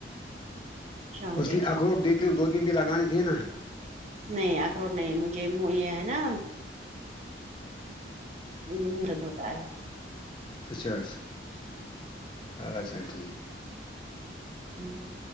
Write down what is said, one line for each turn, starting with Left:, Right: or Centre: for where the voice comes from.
Right: شام
Left: اس
Right: کے ٹائم
Left: اخروٹ دیتی ہوں دو تین بھی لگانے تھے نا
Right: نہیں اخروٹ نہیں مجھے یہ ہے نا یہ مہورت ہوتا ہے
Left: اچھا اچھا اچھا ٹھیک ہے
Right: <inaudible>